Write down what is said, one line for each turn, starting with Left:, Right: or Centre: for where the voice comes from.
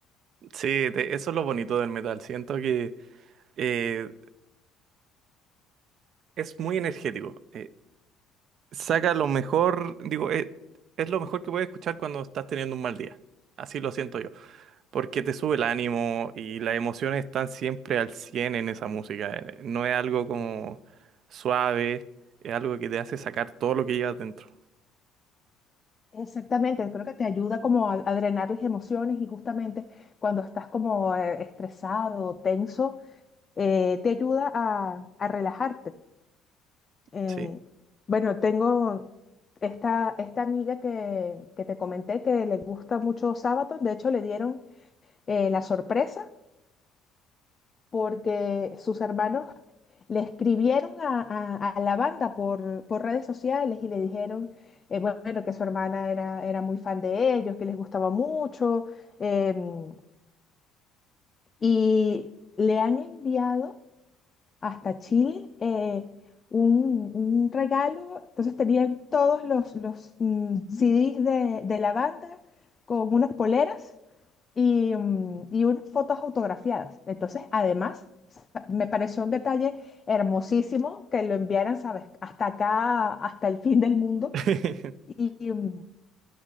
Right: Sí, te- eso es lo bonito del metal. Siento que eh, es muy energético. eh, saca lo mejor, digo, eh, es lo mejor que puedes escuchar cuando estás teniendo un mal día. Así lo siento yo, porque te sube el ánimo y las emociones están siempre al 100 en esa música. eh, No es algo como suave, es algo que te hace sacar todo lo que llevas dentro.
Left: Exactamente, creo que te ayuda como a, a drenar las emociones y justamente cuando estás como eh, estresado, tenso, eh, te ayuda a, a relajarte. Eh,
Right: Sí.
Left: bueno, tengo esta, esta amiga que, que te comenté que le gusta mucho Sabaton, de hecho le dieron eh, la sorpresa porque sus hermanos le escribieron a, a- a la banda por, por redes sociales y le dijeron, eh, bueno, que su hermana era, era muy fan de ellos, que les gustaba mucho, em, y le han enviado hasta Chile eh, un, un regalo, entonces tenían todos los, los mm, CDs de, de la banda con unas poleras y, mm, y unas fotos autografiadas. Entonces, además, sa- me pareció un detalle hermosísimo que lo enviaran, ¿sabes? Hasta acá, hasta el fin del mundo.
Right: <laughs>
Left: Y, y, mm,